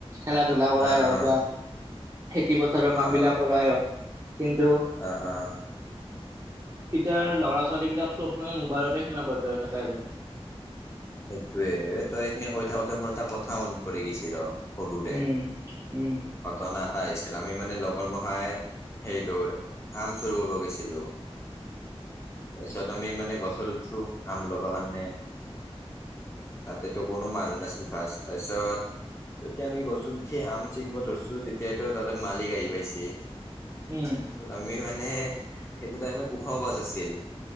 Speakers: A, on the right; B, on the left.
A: খেলা ধূলা কৰাই
B: অ
A: হ'ওক
B: অ
A: বা খেতি পথাৰৰ কাম
B: অ
A: বিলাক কৰাই হ'ওক কিন্তু
B: অ, অ,
A: এতিয়াৰ ল'ৰা-ছোৱালীবিলাক চব মানে মোবাইলতে সীমাবদ্ধ হৈ থাকে আৰু।
B: সেইটোয়ে, তই এইখিনি কৈ থাকোতে মোৰ এটা কথা মনত পৰি গৈছি ৰ, সৰুৰে,
A: উম উম
B: ঘটনা এটা আহিছিল, আমি মানে লগৰ মখাই সেইটোৰ, আম চুৰ কৰিব গৈছিলো। তাৰপিছত আমি মানে গছত উঠছো, আম ল'ব কাৰণে। তাতেতো, কোনো মানুহ নাছিল ফাৰ্ষ্ট তাৰপিছত এতিয়া আমি গছত উঠি আম চিঙব ধৰিছো, তেতিয়াতো তাতে মালিক আহি পাইছে।
A: উম,
B: আমিও মানে সেইটো টাইমত ওখ গছ আছিল।